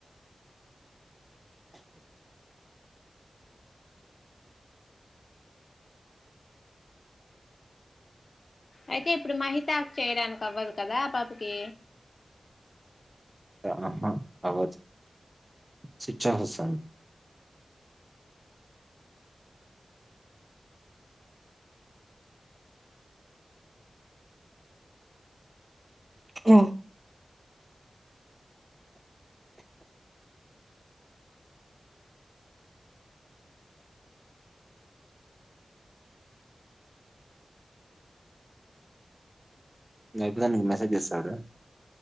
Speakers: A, on the left; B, on the right.
A: అయితే ఇప్పుడు మహితా క్ చేయడానికి అవ్వదు కదా ఆ పాపకి
B: అ హ అవ్వచ్ స్విచ్ అఫ్ వస్తాం అ ఇది అయిపోతానే నీకు మెసేజ్ చేస్తా చూడు